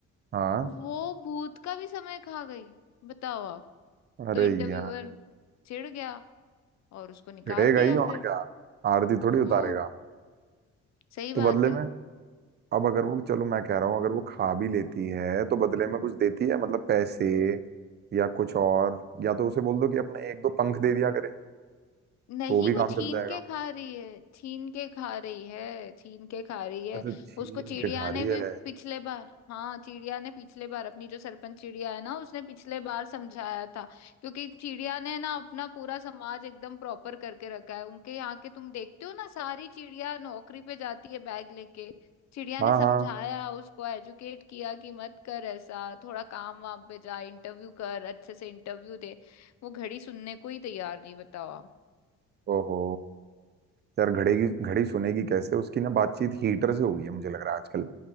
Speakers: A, on the right; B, on the left.
A: हाँ
B: वो भूत का भी समय खा गई बताओ आप
A: अरे
B: तो इंटरव्यूअर
A: यार
B: चिढ़ गया और उसको निकाल
A: चिढ़ेगा
B: दिया
A: ही
B: फिर
A: और क्या आरती थोड़ी उतारेगा
B: हाँ सही बात
A: तो बदले
B: है
A: में अब अगर वो चलो मैं कह रहा हूँ अगर वो खा भी लेती है तो बदले में कुछ देती है मतलब पैसे या कुछ और या तो उसे बोल दो कि अपने एक दो पंख दे दिया करे
B: नहीं
A: तो वो भी
B: वो
A: काम
B: छीन
A: चल जाएगा
B: के खा रही है छीन के खा रही है छीन के खा रही है
A: अच्छा छीन
B: उसको चिड़िया
A: के खा
B: ने
A: रही
B: भी
A: है
B: पिछले बार हाँ चिड़िया ने पिछले बार अपनी जो सरपंच चिड़िया है ना उसने पिछले बार समझाया था क्योंकि चिड़िया ने ना अपना पूरा समाज एकदम प्रॉपर करके रखा है उनके यहाँ के तुम देखते हो ना सारी चिड़िया नौकरी पे जाती है बैग लेके चिड़िया
A: हाँ
B: ने समझाया
A: हाँ
B: उसको एजुकेट किया कि मत कर ऐसा थोड़ा काम वाम पे जा इंटरव्यू कर अच्छे से इंटरव्यू दे वो घड़ी सुनने को ही तैयार नहीं बताओ आप।
A: ओहो यार घड़ी की घड़ी सुनेगी कैसे उसकी ना बातचीत हीटर से हो गई है मुझे लग रहा है आजकल